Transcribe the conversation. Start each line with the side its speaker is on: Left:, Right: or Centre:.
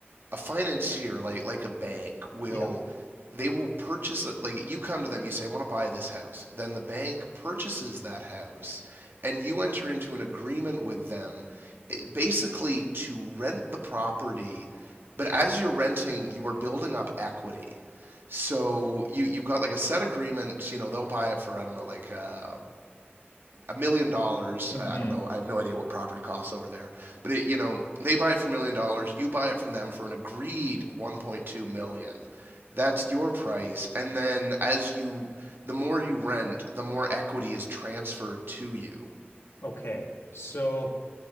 Right: a financier like like a bank will
Left: Yeah.
Right: they will purchase a- like you come to them you say I want to buy this house then the bank purchases that house and you enter into an agreement with them eh, basically to rent the property but as you're renting you are building up equity so you you've got like a set agreement you know they'll buy it for I don't know like uh, a million dollars.
Left: hmm
Right: I don't know. I have no idea what property costs over there. But it, you know, they buy it for a million dollars. You buy it from them for an agreed 1.2 million. dollars. That's your price. And then as you, the more you rent, the more equity is transferred to you.
Left: Okay, so